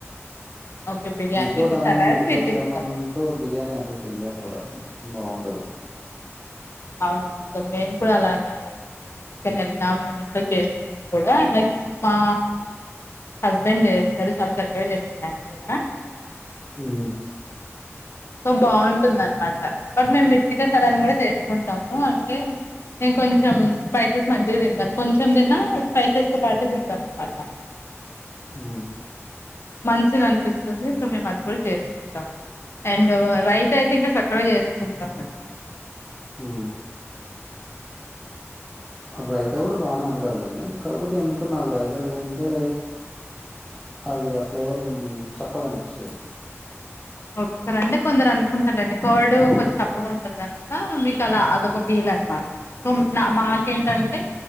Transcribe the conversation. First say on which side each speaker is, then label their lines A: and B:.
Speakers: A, on the left (about 55°); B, in the centre.
A: okay biryani
B: without
A: with
B: onion
A: salad
B: వితౌట్
A: మీరు తింటారు.
B: లెమన్తో బిర్యానీ అసలు తినలేం కూడా బాగుండది
A: అవునవును సార్ మేము కూడా అలానే లైక్ ఎక్కడికైనా వెళ్ళినా మేము ఇంట్లో చేసుకున్నా కూడా లైక్ మా హస్బెండ్ చేస్తారు చాలా చక్కగా చేస్తరు ఆయన కూడా
B: ఉమ్
A: సో బాగుంటుంది అనమాట బట్ మేము మిర్చికసలాన్ని కూడా చేసుకుంటాము అంటే నేను కొంచెం స్పైసెస్ మంచిగా తింటాను కొంచెం తిన్నా స్పైసెస్తో పాటు తింటాను అనమాట <inaudible>
B: ఆ
A: మంచిగా అనిపిస్తుంది సో మేము అది కూడా చేసుకుంటాము అండ్ రైతా అయితే ఇంకా చక్ క్కగా చేసుకుంటామండి
B: ఉమ్
A: <inaudible>
B: రైతా కూడా బానే ఉంటంది లేండి కాకపోతే ఎందుకో నాకు రైత తింటే అది ఆ ఫ్లేవర్ చప్పగనిపిస్తది
A: ఓకే సార్ అంటే కొందరు అనుకుంటారుండి కర్డ్ కొంచం చెప్పగాంటది కనుక మీకు అలా అదొక ఫీల్ లనమాట సో నా మాటెంటంటే